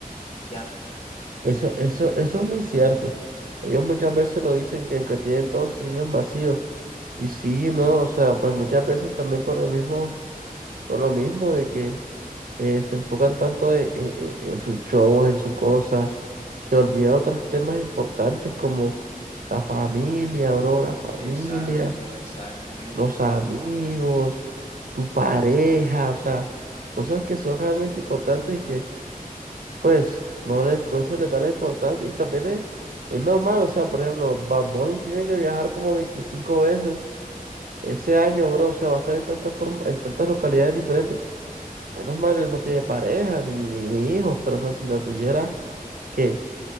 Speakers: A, on the left; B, on the right.
A: Ya,
B: Eso, eso, eso es muy cierto. Ellos muchas veces lo dicen que aunque tienen todo, se sienten vacíos. Y sí, ¿no? O sea, pues muchas veces también por el mismo, por lo mismo de que eh, se enfocan tanto en, en- en- en sus shows, en sus cosas, que olvidan otros temas importantes como la familia, bro, la familia,
A: exacto, exactamente.
B: los amigos, tu pareja, o sea, cosas que son realmente importantes pues no, le, no se le da la importancia y también es, es normal, o sea, por ejemplo, Bad Bunny tiene que viajar como 25 veces ese año, bro, o sea, va a estar en tantas forma- en tantas localidades diferentes. Menos mal, él no tiene pareja ni, ni, ni hijos, pero o sea, si la tuviera, ¿qué?